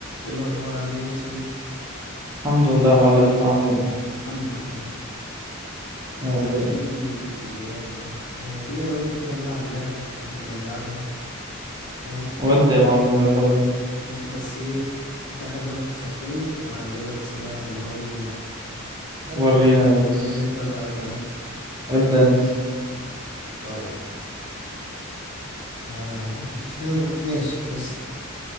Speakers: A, on the left; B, on the right.
A: ايه الاخبار عامل ايه يا صديقي
B: الحمد لله يا معلم انت عامل ايه
A: الحمد لله ما
B: يا رب دايما
A: تيجي يا رب لو انت ما تيجي انا وانت كده نلعب اللعبه اللي كنا بنلعبها فاهم
B: ودي يا معلم يلا بينا
A: ماشي بس ايه انت اخر مره خسرتني فانا هجيب لك اسئله المره دي موت
B: ورينا يا ريس
A: تبدا انت ولا ابدا انا
B: ابدأ انت
A: طيب آه لا مش كده ماشي بص